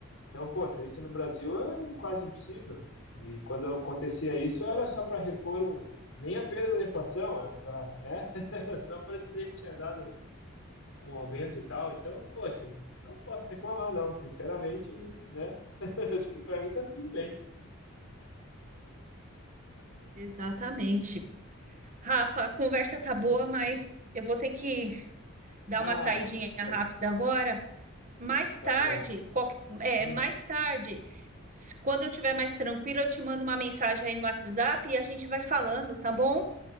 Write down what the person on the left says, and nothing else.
Então, poxa, isso no Brasil é quase impossível. E quando acontecia isso, era só para repor um, nem a perda da inflação, era para, né? <laughs> Só para dizer que tinha dado um, um aumento e tal. Então, poxa, não posso reclamar, não. Sinceramente, né? <laughs> Acho que para mim tá tudo bem.
Hum.
Ah,
que pena.
Tá
bom.
Hum.